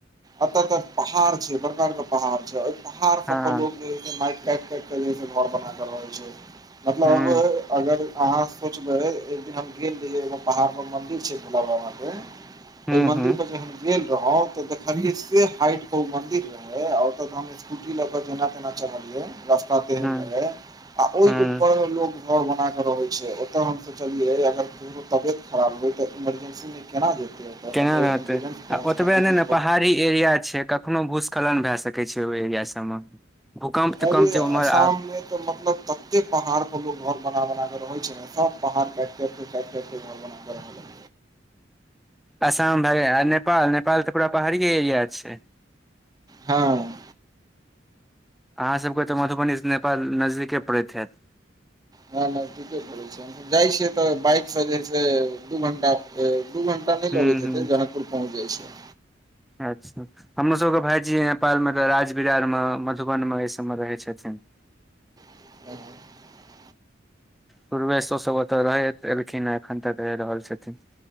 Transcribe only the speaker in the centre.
हँ
हूं
हूं
हूं
हूं
हूं
केना
रहतै
आ ओतबे नहि
ने पहाड़ी एरिया छै कखनो भूस्खलन भए सकै छै ओहि एरिया सबमे भूकम्प तूकम्प
जे उम्हर
आ
आसाम भऽ गेल नेपाल नेपाल तऽ पूरा पहाड़ीे एरिया छै
अहाँ सभके तऽ मधुबनी से नेपाल नजदीके पड़ैत हैत
हूँ
हूँ
अच्छा हमरोसभके भायजी नेपालमे तऽ राज बिरारमे मधुबन मे एहिसभमे रहैत छथिन
पूर्वेशो सब ओतऽ रह एलखिन ह एखन तक रहि रहल छथिन